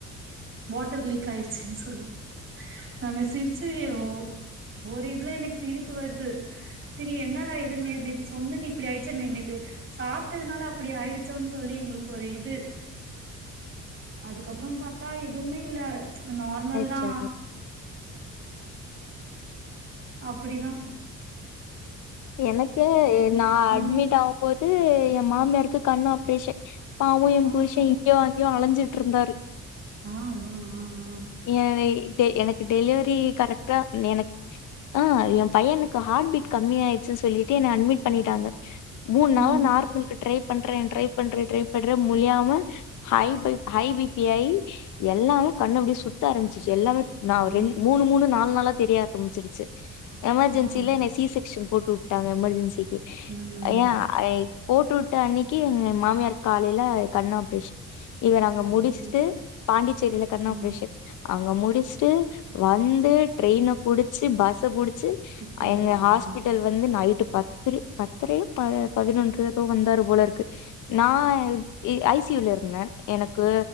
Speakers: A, on the right; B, on the left.
A: வாட்டர் லீக் ஆயிடுச்சுன் சொல்லி நாங்க சிரிச்சு யோ ஒரு இதுல எனக்கு சிரிப்பு வருது செரி என்னடா இதுன்னு நே நேத்து சொன்னது இப்டி ஆயிடுச்ச நேத்து சாப்ட்டதுனால அப்டி ஆயிடுச்சோன்னு சொல்லி எங்குளுக்கு ஒரு இது அதுக்கப்பறோ பாத்தா எதுமே இல்ல நார்மல்
B: ஆச்சோ
A: தா அப்பிடிதா
B: எனக்கு நா அட்மிட்
A: உங்க
B: ஆவும்போது என் மாமியருக்கு கண் ஆப்ரேஷன் பாவு என்
A: ஆ
B: புருஷே
A: ஆ
B: இங்யு அங்யு அலஞ்சிட் இருந்தாரு
A: ஆ ஆ ஆ ஆ
B: ஏனே டெ எனக்கு டெலிவரி கரெக்டா எனக் ஆ ஏ பையனுக்கு ஹார்ட் பீட் கம்மி ஆயிச்சுனு சொல்லிட்டு என்ன அட்மிட் பண்ணிட்டாங்க மூண் நாள்
A: ம்
B: லா நார்மலுக்கு ட்ரை பண்ற ட்ரை பண்ற ட்ரை பண்ற முடியாம ஹை பைப் ஹை பி பி ஆயி எல்லாமே கண்ணு அப்டியே சுத்த ஆரம்பிச்சிச்சு எல்லாமே நா
A: அய்யய்யோ
B: ரெண் மூணு மூணு நாலு நாளா தெரிய ஆரம்பிச்சிடுச்சு எமர்ஜென்சியில
A: ஆ
B: என்ன சீ செக் ஸ்ஷன் போட்டு வுட்டாங்க எமர்ஜென்சிக்கு
A: ம்
B: ஏன் ஐ போட்டு வுட் வுட்ட அன்னிக்கி எங்க மாமியார்க் காலையில கண்ணு ஆப்ரேஷன் இவுர் அங்க
A: அய்யய்யோ
B: முடிஷ்ட்டு பாண்டிச்சேரியில கண்
A: ஆ
B: ஆப்ரேஷன் அங்க முடிஷ்ட்டு வந்து ட்ரெயின்ன புடிச்சு பஸ்ச புடிச்சு
A: இப்போ
B: எங்க
A: பாவோ
B: ஹாஸ்பிட்டல்
A: ம்
B: வந்து நைட்டு பத்திரி பத்தரையோ பதினொன்றோ ஏதோ வந்தாரு போலருக்கு நா ஐ சி யூ ல இருந்த எனக்கு